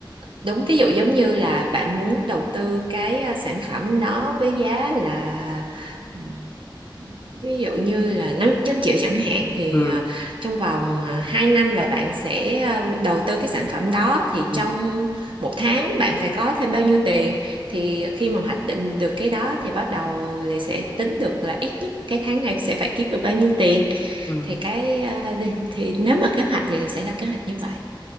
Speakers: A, on the right (about 75°); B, on the left (about 25°).
A: Đúng, ví dụ giống như là bạn muốn đầu tư cái à, sản phẩm đó với giá là ừm, ví dụ như là 500 triệu chẳng hạn thì
B: ừ,
A: à, trong vòng uh, 2 năm là bạn sẽ à, đầu tư cái sản phẩm đó thì
B: ừ,
A: trong một tháng bạn phải có thêm bao nhiêu tiền thì khi mà hoạch định được cái đó thì bắt đầu lại sẽ tính được là ít nhất cái tháng này sẽ phải kiếm được bao nhiêu tiền
B: ừ.
A: thì cái à, <laughs> thì nếu mà kế hoạch thì sẽ là kế hoạch như vậy.